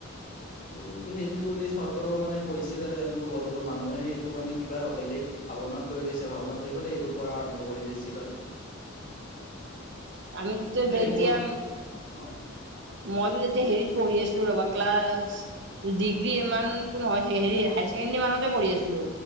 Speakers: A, on the left (about 45°); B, on the right (about 60°).
A: আৰু সেইটো বুলি চৰকাৰৰ মানে কৈছিল আৰু এনেকুৱা বজাব মানুহে সেইটো মানে কিবা বেলেগ। ভাৱনাত লৈ লৈছে ভাৱনাত লৈ পেলাই এইবোৰ কৰা আৰম্ভ কৰি দিছিল আৰু।
B: আমিতটো
A: কিন্তু
B: যেতিয়া।
A: সেইবোৰ অ
B: মইতো যেতিয়া হেৰিত পঢ়ি আছিলো ৰবা ক্লাছ। ডিগ্ৰী ইমানটো নহয় চাগে হায়ছেকেণ্ডী মানতে পঢ়ি আছিলো।